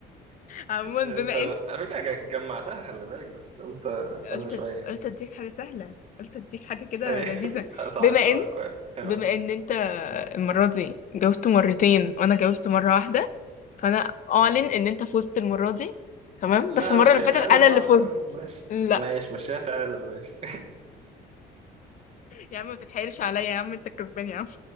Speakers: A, on the left; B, on the right.
A: عموما
B: تمام.
A: بما ان
B: على فكرة ج- جمعتها خلي بالك بس قلت استنى
A: قلت
B: شوية
A: قلت اديك حاجه سهله قلت اديك حاجه كده
B: أيوة.
A: لذيذه
B: <laughs> لا صح
A: بما
B: الصراحة
A: ان
B: كويس حلو
A: بما ان انت
B: م-
A: المرة دي جاوبت مرتين وانا جاوبت مرة واحدة فانا اعلن
B: م.
A: ان انت فزت المرة دي تمام
B: لا
A: بس المرة
B: مشيها
A: اللي فاتت
B: تعادل
A: انا
B: بقى
A: اللي فزت
B: ماشي
A: لا
B: ماشي مشيها تعادل ماشي
A: يا عم ما تتحايلش عليا يا عم انت الكسبان يا عم